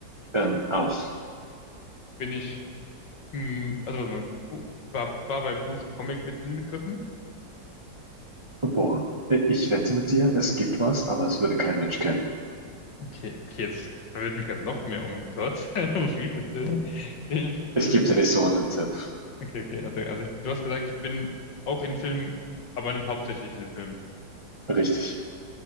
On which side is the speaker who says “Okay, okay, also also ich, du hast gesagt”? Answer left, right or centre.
Left